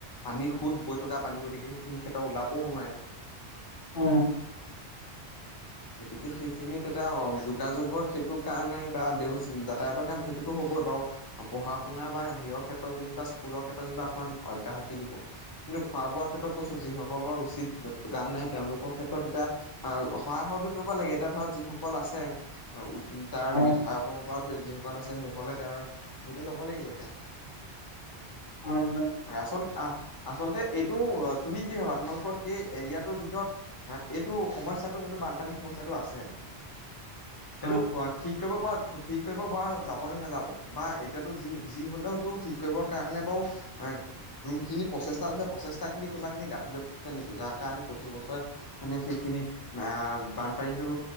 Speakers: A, on the left; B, on the left.
A: পানীৰ সুত বৈ থকা পানী গতিকে সেইখিনি ক্ষেত্ৰ ওলাবও নোৱাৰে।
B: উম
A: গতিকে সেইখিনিত এতিয়া অ যোগাযোগৰ সেইটো কাৰণে বা ব্যব যাতায়তৰ কাৰণে সেইটো হবই বাৰু। পঢ়া শুনা বা হেৰিয়ৰ ক্ষেত্ৰত যেনিবা স্কুলৰ ক্ষেত্ৰত যে অকমান অব্যহতি দিব। কিন্তু খোৱা বোৱাৰ ক্ষেত্ৰত কৈছো, যিসকলৰ উচিত গান নাই, তেওঁলোকৰ ক্ষেত্ৰত এতিয়া আ, অ' সহায় সহযোগ কৰিব লাগে, এতিয়া ধৰা যিসকল আছে <unintelligible> তাৰ
B: হয়,
A: বিধায়ক ক'ব পাৰ ধ যিসকল আছে সেইসকলে তেওঁৰ সেইটো ল'ব লাগিব এতিয়া।
B: হয়, হয়।
A: আচল আহ আচলতে এইটো অ', তুমি কি ভাবা তোমালোকৰ সেই এৰিয়াটোৰ ভিতৰত আ, এইটো সমস্যাটো যোনটো বানপানী সমস্যাটো আছে সেইটো
B: হয়।
A: সোৱা ঠিক কৰিব পাৰা, ঠিক কৰিব পৰা যাবনে নাযাব বা এতিয়াতো যি যি হ'লেওতো ঠিক কৰিবৰ কাৰণে বাৰু আ যোনখিনি প্ৰচেষ্টা কৰিছে, প্ৰচেষ্টা খিনি কোনোবখিনি গাফিলতি আছে নেকি যাৰ কাৰণে প্ৰতিবছৰে মানে সেইখিনি আ, বানপানীতো